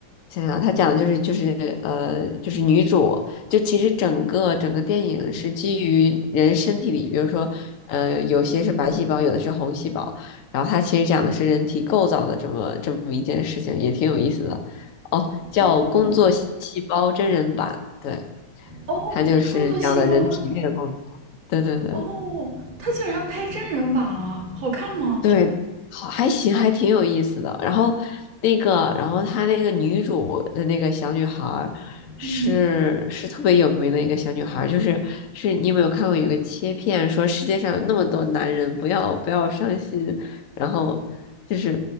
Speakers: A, on the left; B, on the right.
A: 想想它讲的就是就是呃就是女主。就其实整个整个电影是基于人身体里，比如说呃，有些是白细胞，有的是红细胞，然后它其实讲的是人体构造的这么这么一件事情，也挺有意思的。哦，叫《工作细胞真人版》，
B: 哦
A: 对，
B: 哦，
A: 它就是讲的人体内的工作。
B: 工作细胞，
A: 对对对。
B: 哦，他竟然拍真人版了，好看吗？
A: 对，好，还行，还挺有意思的。然后那个，然后她那个女主的那个小女孩儿是是特别有名的一个小女孩儿，
B: 嗯，
A: 就是是你有没有看过有一个切片说世界上有那么多男人，不要不要伤心，然后就是